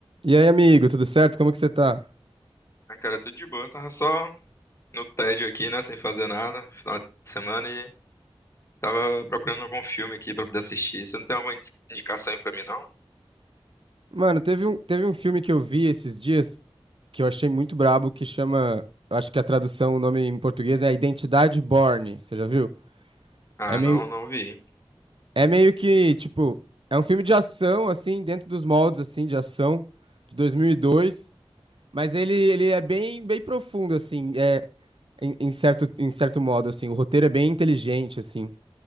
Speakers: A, on the right; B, on the left.
A: E aí, amigo, tudo certo? Como que você tá?
B: Ah, cara, tudo de boa. Tava só no tédio aqui, né? Sem fazer nada, final de semana, e tava procurando algum filme aqui pra poder assistir. Você não tem alguma indi- indicação aí pra mim, não?
A: Mano, teve um, teve um filme que eu vi esses dias que eu achei muito brabo, que chama, acho que a tradução, o nome em português é Identidade Bourne. Você já viu?
B: Ah,
A: É meio,
B: não, não vi.
A: é meio que, tipo, é um filme de ação, assim, dentro dos moldes, assim, de ação, de 2002, mas ele, ele é bem, bem profundo, assim, é, em, em certo, em certo modo, assim, o roteiro é bem inteligente, assim,